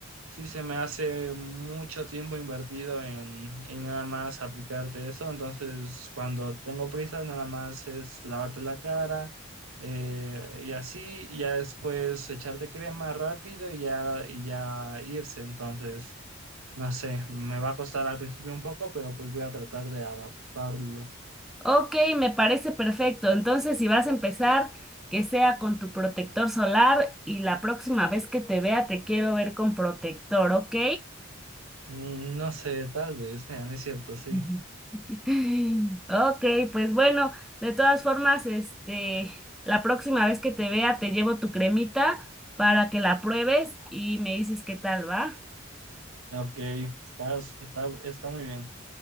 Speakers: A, on the right; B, in the centre.
A: sí se me hace mucho tiempo invertido en, en nada más aplicarte eso, entonces cuando tengo prisa nada más es lavarte la cara. eh, y así, y ya después echarte crema rápido y ya, y ya irse. Entonces, no sé, me va a costar al principio un poco, pero pues voy a tratar de adaptarlo.
B: Ok, me parece perfecto. Entonces, si vas a empezar, que sea con tu protector solar y la próxima vez que te vea te quiero ver con protector, ¿ok?
A: Mm, No sé, tal vez, <laughs> eh, no es cierto, sí.
B: <laughs> <laughs> Ok, pues bueno, de todas formas, este, la próxima vez que te vea te llevo tu cremita para que la pruebes y me dices qué tal va.
A: Ok, estás- está, está muy bien.